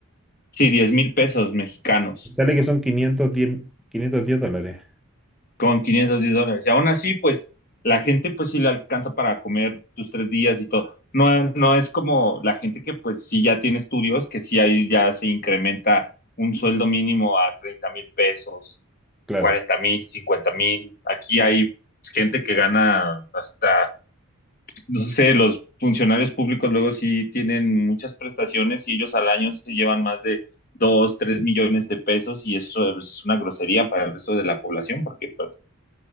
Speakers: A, on the left; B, in the centre.
A: Sí, diez mil pesos mexicanos
B: sale que son quinientos diez, quinientos diez dólares.
A: con 510 dólares. Y aún así, pues la gente pues sí le alcanza para comer tus tres días y todo. No, no es como la gente que pues sí ya tiene estudios, que sí ahí ya se incrementa un sueldo mínimo a treinta mil pesos,
B: Claro.
A: cuarenta mil, cincuenta mil. Aquí hay gente que gana hasta no sé, los funcionarios públicos luego sí tienen muchas prestaciones y ellos al año se llevan más de dos, tres millones de pesos y eso es una grosería para el resto de la población porque pues,